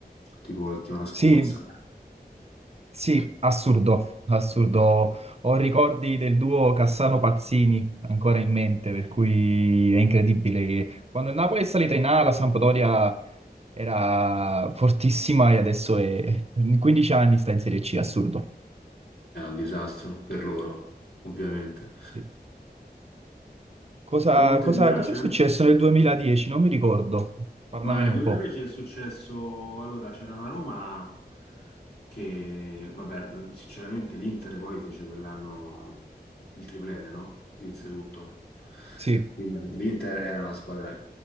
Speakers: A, on the left; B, on the right.
A: tipo la settimana scorsa.
B: Sì. Sì, assurdo, assurdo. Ho ricordi del duo Cassano-Pazzini ancora in mente, per cui è incredibile che quando il Napoli è salita in A, la Sampdoria era fortissima e adesso è... in 15 anni sta in Serie C, assurdo.
A: È un disastro per loro, ovviamente.
B: Sì. Cosa,
A: Conte
B: cosa-
A: ti piace?
B: cosa è successo nel 2010? Non mi ricordo. Parlamene
A: Ma nel
B: un
A: 2010
B: po'.
A: è successo, allora c'era una Roma che, vabbè, sinceramente l'Inter poi fece quell'anno il triplete, no? Vinse tutto.
B: Sì,
A: Quindi l'Inter era una squadra